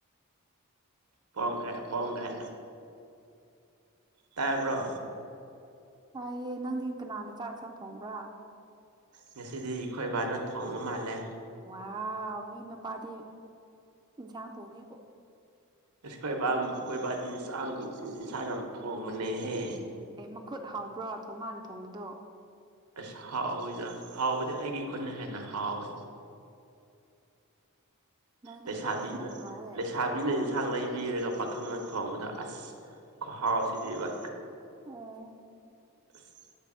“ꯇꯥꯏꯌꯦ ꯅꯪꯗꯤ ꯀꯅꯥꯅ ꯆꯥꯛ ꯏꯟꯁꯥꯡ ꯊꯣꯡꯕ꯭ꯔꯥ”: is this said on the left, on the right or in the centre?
Right